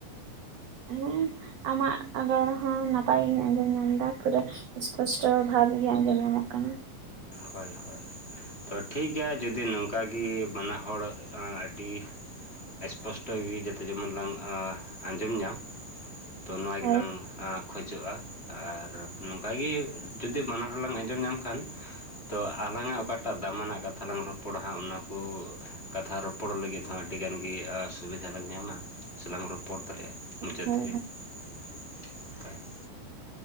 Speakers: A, on the right (about 80°); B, on the left (about 20°).
A: ᱦᱮᱸ ᱾ ᱟᱢᱟᱜ ᱨᱚᱲᱦᱚᱸ ᱱᱟᱯᱟᱭ ᱜᱤᱧ ᱟᱸᱡᱚᱢ ᱧᱟᱢᱫᱟ ᱯᱩᱨᱟᱹ ᱤᱥᱯᱚᱥᱴᱚ ᱵᱷᱟᱵᱽᱜᱮ ᱟᱸᱡᱚᱢ ᱧᱟᱢᱚᱜ ᱠᱟᱱᱟ ᱾
B: ᱦᱳᱭ ᱦᱳᱭ ᱾ ᱛᱚ ᱴᱷᱤᱠ ᱜᱮᱭᱟ ᱡᱩᱫᱤ ᱱᱚᱝᱠᱟᱜᱮ ᱵᱟᱱᱟ ᱦᱚᱲ ᱟᱸ ᱟᱹᱰᱤ ᱮᱥᱯᱚᱥᱴᱚ ᱜᱮ ᱡᱟᱛᱮ ᱡᱮᱢᱚᱱ ᱞᱟᱝ ᱟᱸ ᱟᱸᱡᱚᱢ ᱧᱟᱢ ᱾ ᱛᱚ ᱱᱚᱣᱟ
A: ᱦᱳᱭ
B: ᱜᱮᱞᱟᱝ ᱟ ᱠᱷᱚᱡᱚᱜᱼᱟ ᱟᱨ ᱱᱚᱝᱠᱟ ᱜᱮ ᱡᱩᱫᱤ ᱵᱟᱱᱟ ᱦᱚᱲ ᱞᱟᱝ ᱟᱸᱡᱚᱢ ᱧᱟᱢ ᱠᱷᱟᱱ ᱛᱚ ᱟᱞᱟᱝᱟᱜ ᱚᱠᱟᱴᱟᱜ ᱫᱟᱢᱟᱱᱟᱜ ᱠᱟᱛᱷᱟ ᱞᱟᱝ ᱨᱚᱯᱚᱲᱟ ᱦᱟᱸᱜ ᱚᱱᱟᱠᱚ ᱠᱟᱛᱷᱟ ᱨᱚᱯᱚᱲ ᱞᱟᱹᱜᱤᱫ ᱦᱚᱸ ᱟᱹᱰᱤ ᱜᱟᱱ ᱜᱮ ᱟᱸ ᱥᱩᱵᱤᱫᱷᱟ ᱞᱟᱝ ᱧᱟᱢᱟ ᱥᱮ ᱞᱟᱝ ᱨᱚᱯᱚᱲ ᱫᱟᱲᱮᱭᱟᱜᱼᱟ ᱢᱩᱪᱟᱹᱫ
A: ᱦᱳᱭ
B: ᱫᱷᱟᱹᱨᱤᱡ ᱾ <inaudible> ᱦᱳᱭ ᱾